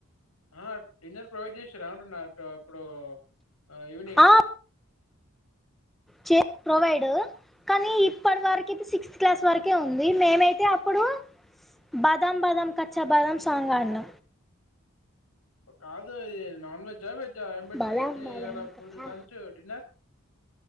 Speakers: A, on the left; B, in the centre.
A: ఆ డిన్నర్ ప్రొవైడ్ చేసిరా అంటున్నటు ఇప్పుడూ ఆ ఈవినింగ్
B: ఆ
A: <inaudible>
B: చే ప్రొవైడు కానీ ఇప్పడి వరకి సిక్స్త్ క్లాస్ వరకే ఉంది మేమైతే అప్పుడు బదం బదం కచ్చా బదం సాంగ్ ఆడిన
A: కాదు ఇది నాన్ వెజ్ వెజ్ మెట
B: బలాం బలాం
A: ఎలా
B: కచ్చా
A: లంచ డిన్నర్